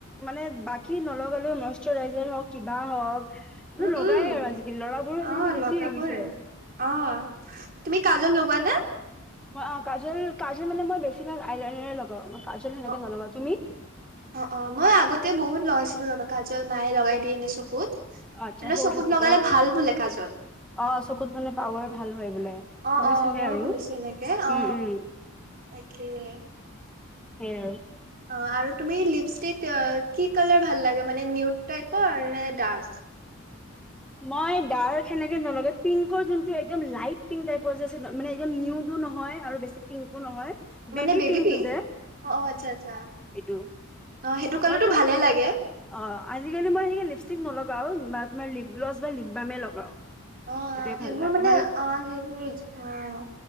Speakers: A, in the centre; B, on the right.
A: মানে বাকী নলগালৈ মইশাৰইজাৰ হওঁক কিবা হওক মানে
B: উম
A: লগাই
B: উম
A: আৰু আজিকালি ল'ৰাবোৰো আজিকালি
B: আহ
A: বেছি
B: ল
A: হৈ
B: কাপোৰ
A: গৈছে
B: আহ তুমি কাজল লগোৱানে
A: ম অ কাজল কাজল মানে মই বেছিভাগ আইনেৰে লগা ওঁ কাজল সেনেকে
B: অ
A: নলগাওঁ তুমি।
B: অ মই আগতে বহুত লৈ আছিলো আগত। কাজল মাহে লগাই দিয়ে ননে চকুত
A: আচ্ছা
B: এ
A: সৰু
B: চকুত
A: থাকোতেও
B: লগালে ভাল বোলে কাজল
A: অ চকুত মানে পাৱাৰ ভাল হয় বোলে
B: অ
A: শুনিছোহে
B: অ মইো
A: আৰু
B: শুনিছো এনেকে অ
A: উম উম
B: তাকেই
A: হে
B: আৰু তুমি লিপষ্টিক কি কালাৰ ভাল ল মান নিউপ্
A: মই ডাৰ্ক সেনেকে নলগে পিংকৰ যোনটো একদম লাইট পিংক টাইপৰ যে মানে একদম নিউডো নহয় আৰু বেছি পিংকো নহয় বেবী
B: মানে বেবি
A: পিংকটো
B: পিংক
A: যে
B: অ আচ্ছা আচছা
A: সেইটো
B: অ সেইটো কালাৰটো
A: মইতো
B: ভালে লাগে
A: অ আজিকালি মই সেক লিপষ্টিক নলগাও মিপ ্লছ বা লিপবামে লগাও
B: অ
A: সেইটোৱে
B: সেইবোৰ
A: ভাল লাগে
B: মানে অ সেইবোৰ অ